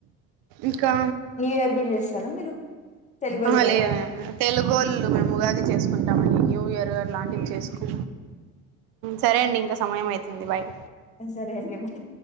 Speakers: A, on the right; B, on the left.
A: ఇంకా
B: న్యూ ఇయర్ కూడా చేస్తార మీరు తెలుగోళ్ళు
A: ఆహా లే
B: కదా
A: తెలుగోళ్ళు మేం ఉగాది చేసుకుంటామండి న్యూ ఇయర్ అట్లాంటివి చేసుకు సరే అండి ఇంకా సమయం అయితుంది బాయ్
B: ఆ సరే అండి బాయ్